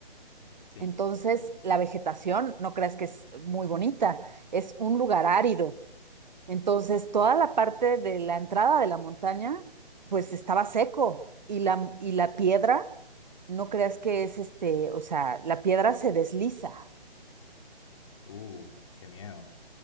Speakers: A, on the left; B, on the right.
A: sí,
B: Entonces, la vegetación, no creas que es muy bonita, es un lugar árido. Entonces, toda la parte de la entrada de la montaña, pues estaba seco y la, y la piedra, no creas que es este, o sea, la piedra se desliza.
A: uh, qué miedo,